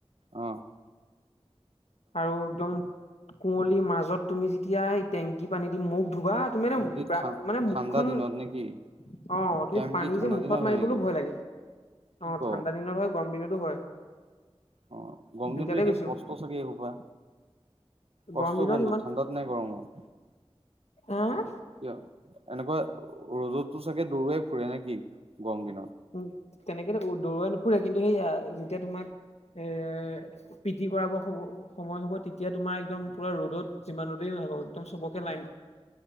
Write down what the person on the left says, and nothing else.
আৰু একদম কুৱলীৰ মাজত তুমি যেতিয়া এই টেংকি পানী দি মখ ধুবা তুমি এনে
মানে মুখখন।
অ,
তুমি
পানী
যে মুখত
মাৰিবলৈও
ভয় লাগে।
অ,
ঠাণ্ডা দিনত হয়, গৰম দিনতো হয়।
দুইটাতে
গৈছো
গৰম দিনত
অহ।
উ, তেনেকে দৌৰৱাই নুফুৰে, কিন্তু সেইয়া যেতিয়া তোমাক এ, পিটি কৰাব সময় হ'ব তেতিয়া, তোমাৰ একদম পুৰা ৰ'দত যিমানতে একদম চবকে লাইন